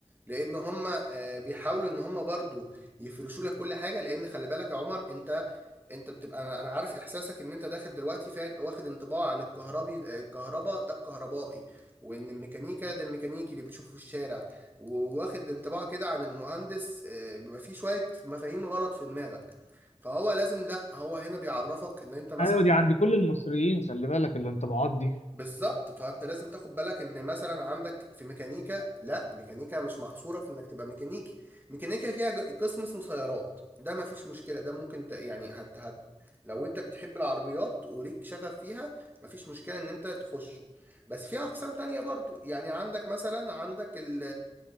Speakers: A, on the right (about 15°); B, on the left (about 80°).
A: لأن هم آه، بيحاولوا إن هم برضو يفرشوا لك كل حاجة لأن خلي بالك يا عمر أنت أنت بتبقى أنا أنا عارف إحساسك إن أنت داخل دلوقتي فا- واخد انطباع عن الكهربي آه، الكهرباء ده الكهربائي وإن الميكانيكا ده الميكانيكي اللي بتشوفه في الشارع وواخد انطباع كده عن المهندس آه، بيبقى فيه شوية مفاهيم غلط في دماغك فهو لازم لا هو هنا بيعرفك ان انت مثلا
B: ايوه دي عند كل المصريين خلي بالك الانطباعات دي
A: بالظبط فانت لازم تاخد بالك ان مثلا عندك في ميكانيكا لا ميكانيكا مش محصوره في انك تبقى ميكانيكي ميكانيكا فيها ج- قسم اسمه سيارات ده ما فيش مشكله ده ممكن ت... يعني هت... هت... لو انت بتحب العربيات وليك شغف فيها ما فيش مشكله ان انت تخشه بس في اقسام تانية برضو يعني عندك مثلا عندك ال